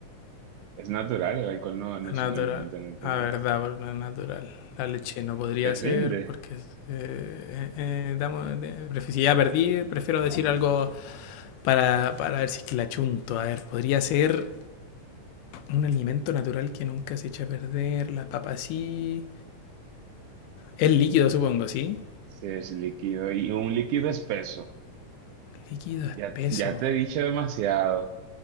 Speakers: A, on the right (about 80°); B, on the left (about 85°).
A: Es natural, el alcohol no, no es
B: natural.
A: un alimento natural.
B: Ah, verdad, pero no es natural. La leche no podría
A: Te rinde
B: ser porque eh, eh, eh, damos- de- pref- si ya perdí, prefiero decir algo para, para ver si es que la chunto. A ver, podría ser Un alimento natural que nunca se echa a perder. La papa sí. Es líquido, supongo, ¿sí?
A: si es líquido y un líquido espeso.
B: Líquido espeso.
A: Ya, ya te he dicho demasiado.